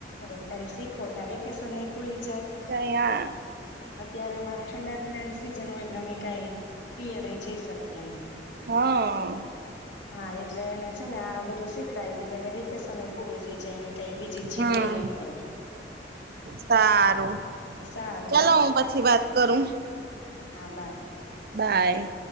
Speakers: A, on the left; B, on the right.
A: થોડા ટાઈમ શીખો ત્યા વેકેશન એ ખુલી
B: <unintelligible>
A: ત્યારે અમારે ઠંડા પીણાની સિઝન હોય એટલે અમે કાંઈ પીયરે જઈ શકીએ નય.
B: હાં
A: હા એટલે એને છે ને આ બધું શિખવાડી દયે એટલે વેકેશન એ પૂરું થઈ જાય એને કઈ બીજી જીદેય
B: હમ્મ,
A: ન કરે.
B: સારું,
A: હા સારું
B: ચાલ
A: હાલ
B: હું પછી વાત કરું.
A: હા બાય.
B: બાય.